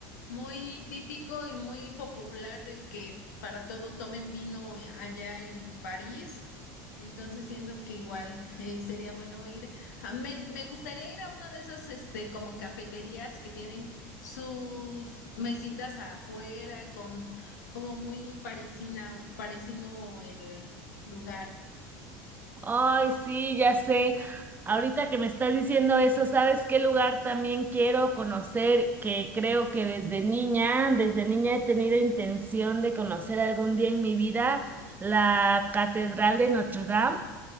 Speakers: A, on the left; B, on the right.
A: muy típico y muy popular de que para todo tomen vino allá en París. Entonces siento que igual eh, sería bueno ir. a- me, me gustaría ir a una de esas este como cafeterías que tienen sus mesitas afuera con como muy parisina, parisino el lugar.
B: Ay, sí, ya sé. Ahorita que me estás diciendo eso, ¿sabes qué lugar también quiero conocer? Que creo que desde niña, desde niña he tenido intención de conocer algún día en mi vida la Catedral de Notre Dame.